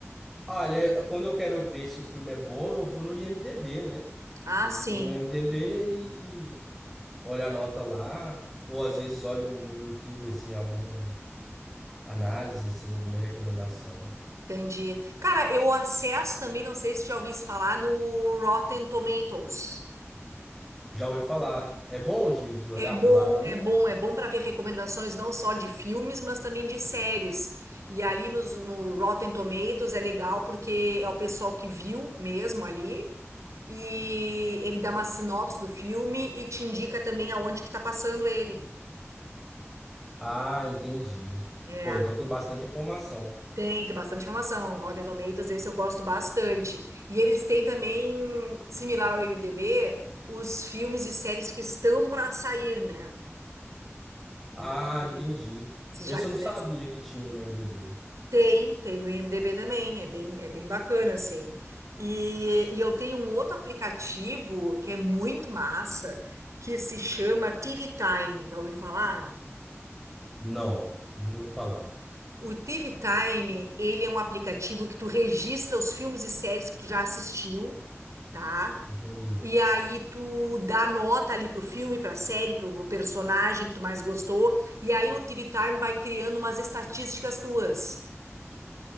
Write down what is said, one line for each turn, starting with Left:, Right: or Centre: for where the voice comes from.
Centre: Olha, quando eu quero ver se o filme é bom, eu vou no IMDb, né?
Right: Ah,
Centre: Eu
Right: sim.
Centre: vou no IMDb e, e olho a nota lá. Ou às vezes olho no YouTube, assim, alguma análise, assim, alguma recomendação.
Right: Entendi. Cara, eu acesso também, não sei se já ouvi falar, no Rotten Tomatoes.
Centre: Já ouvi falar. É bom de, de olhar
Right: É bom,
Centre: por lá também?
Right: é bom, é bom para ver recomendações não só de filmes, mas também de séries. E ali nos, no Rotten Tomatoes é legal porque é o pessoal que viu mesmo ali e ele dá uma sinopse do filme e te indica também aonde que tá passando ele.
Centre: Ah, entendi.
Right: É.
Centre: Pô, então tem bastante informação.
Right: Tem, tem bastante informação. Rotten Tomatoes, esse eu gosto bastante. E eles têm também, similar ao IMDb, os filmes e séries que estão para sair, né?
Centre: Ah,
Right: Então, se,
Centre: entendi.
Right: se
Centre: Esse
Right: já quiser.
Centre: eu não sabia que tinha no MDB.
Right: Tem, tem no IMDb também. É bem, é bem bacana, assim. E, e eu tenho um outro aplicativo que é muito massa, que se chama TV Time. Já ouviu falar?
Centre: Não, nunca ouvi falar.
Right: O TV Time, ele é um aplicativo que tu registra os filmes e séries que tu já assistiu, tá?
Centre: Entendi.
Right: E aí tu dá nota ali pro filme, pra série, pro personagem que tu mais gostou. E aí o TV Time vai criando umas estatísticas tuas,